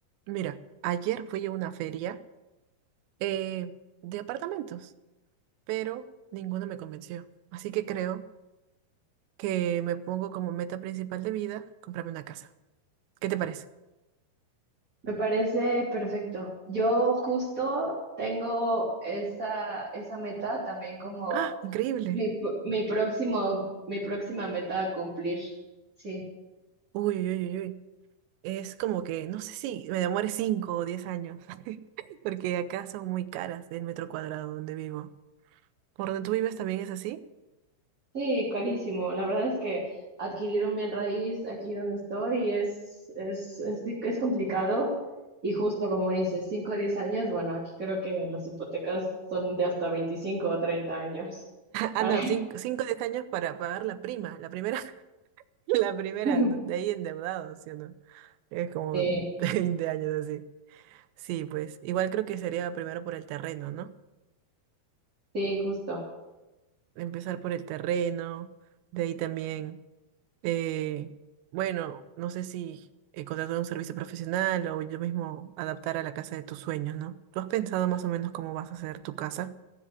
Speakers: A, on the right (about 85°); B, on the right (about 20°).
A: Mira, ayer fui a una feria eh, de apartamentos, pero ninguno me convenció. Así que creo que me pongo como meta principal de vida comprarme una casa. ¿Qué te parece?
B: Me parece perfecto. Yo justo tengo esa, esa meta también como
A: ¡Ah! Increíble.
B: mi, pr- mi próximo, mi próxima meta a cumplir. Sí,
A: Uy, uy, uy, uy. uy. Es como que, no sé si me demore 5 o 10 años, <laughs> porque acá son muy caras el metro cuadrado donde vivo. ¿Por donde tú vives también es así? <laughs>
B: sí, carísimo. La verdad es que adquirir un bien raíz aquí donde estoy es, es, es, di- es complicado y justo como dices, 5 o 10 años, bueno, aquí creo que las hipotecas son de hasta 25 o 30 años.
A: Ah,
B: Para...
A: no, cinco, o 10 años para pagar la prima, la primera, <laughs> la primera,
B: <laughs>
A: ¿no? De ahí endeudados, ¿sí o no? Es como
B: Sí,
A: <laughs> 20 años así. Sí, pues igual creo que sería primero por el terreno, ¿no?
B: sí, justo.
A: Empezar por el terreno, de ahí también, eh, bueno, no sé si eh, contratar un servicio profesional o yo mismo adaptar a la casa de tus sueños, ¿no? ¿Tú has pensado más o menos cómo vas a hacer tu casa